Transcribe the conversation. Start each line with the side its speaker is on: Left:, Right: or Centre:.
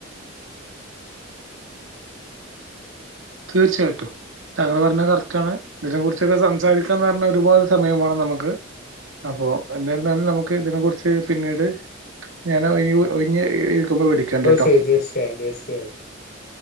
Right: തീർച്ചയായിട്ടും താങ്കൾ പറഞ്ഞത് കറക്റ്റ് ആണ് ഇതിനെ കുറിച്ചൊക്കെ സംസാരിക്കാന്ന് പറഞ്ഞ ഒരുപാട് സമയമാണ് നമുക്ക് അപ്പൊ എന്നിരുന്നാലും നമുക്ക് ഇതിനെ കുറിച്ച് പിന്നീട് ഞൻ ഒഴിഞ്ഞ് ഇരിക്കുമ്പോ വിളിക്കണ്ട്
Left: ഓ
Right: ട്ടോ
Left: ശരി തീർച്ചയായും തീർച്ചയായും